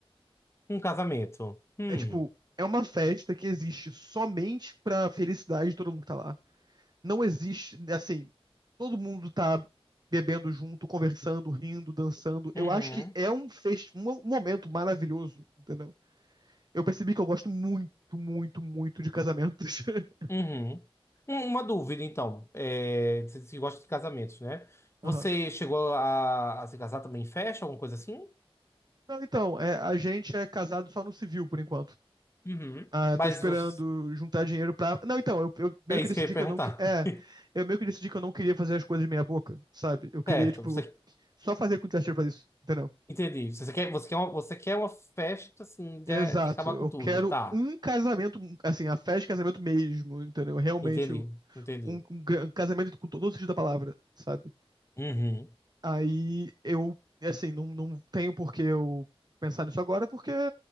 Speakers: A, on the left (about 25°); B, on the right (about 45°).
A: Um casamento. Hum,
B: É tipo, é uma festa que existe somente pra felicidade de todo mundo que tá lá. Não existe, assim, todo mundo tá bebendo junto, conversando, rindo, dançando. Eu
A: uhum.
B: acho que é um, fest... um momento maravilhoso, entendeu? Eu percebi que eu gosto muito, muito, muito de casamentos. <laughs>
A: Uhum. Um- Uma dúvida, então. É, você você gosta de casamentos, né? Você
B: Aham.
A: chegou a, a se casar também em festa, alguma coisa assim?
B: Não, então, é, a gente é casado só no civil, por enquanto.
A: Uhum.
B: Ah,
A: Mas
B: tô esperando
A: você-
B: juntar dinheiro pra. Não, então, eu, eu meio
A: é
B: que
A: isso
B: decidi
A: que eu ia perguntar.
B: que eu não. que- É,
A: <laughs>
B: eu meio que decidi que eu não queria fazer as coisas de meia boca, sabe? Eu queria,
A: Certo,
B: tipo,
A: você
B: Só fazer quantitativa pra isso, entendeu?
A: entendi. Você quer, você quer uma, você quer uma festa assim de,
B: Exato.
A: de acabar
B: Eu
A: com tudo,
B: quero
A: tá?
B: um casamento, assim, a festa de casamento mesmo, entendeu? Realmente,
A: Entendi,
B: um,
A: entendi.
B: um gran- um casamento com todo o sentido da palavra, sabe?
A: Uhum,
B: Aí eu, assim, não, não tenho por que eu pensar nisso agora, porque